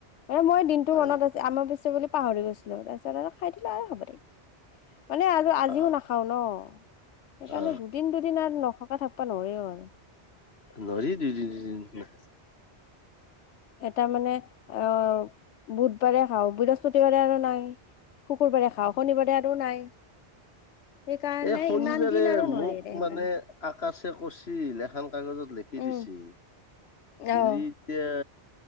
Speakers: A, on the left; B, on the left.
A: মানে মই দিনটো
B: হয়
A: মনত
B: নেকি?
A: আছে আমাভস্যা বুলি পাহৰি গৈছিলো, তাৰপিছত আৰু খাই দিলোঁ আৰু হ'ব দে। মানে আৰু আজিও
B: অ
A: নাখাও ন সেইকাৰণে
B: অ
A: দুদিন দুদিন আৰু নখ অ', ঠাকবা নৰি ঐ
B: নৰি দুদিন তিনিদিন
A: এটা মানেঅ ', বুধ বাৰে খাওঁ, বিহস্থতি বাৰে আৰু নাই। শুকুৰবাৰে খাও শনিবাৰে আৰু নাই সেইকাৰণে
B: এহ শনিবাৰে
A: ইমান দিন আৰু নোৱাৰিলে
B: মোক
A: সেইকাৰণে
B: মানে আকাশে কৈছিল এখন কাগজত লিখি
A: উম
B: দিছিল
A: আহ
B: দিল্লীতে এ